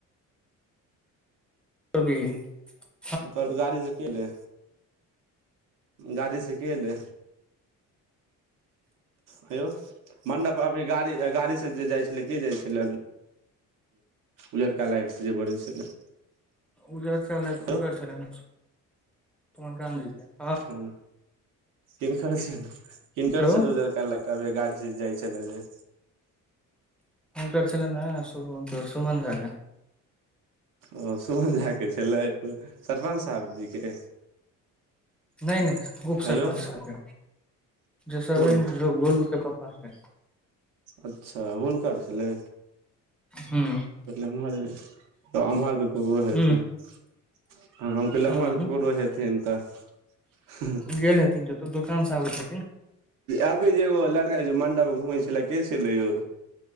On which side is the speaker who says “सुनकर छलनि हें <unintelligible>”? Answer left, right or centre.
Centre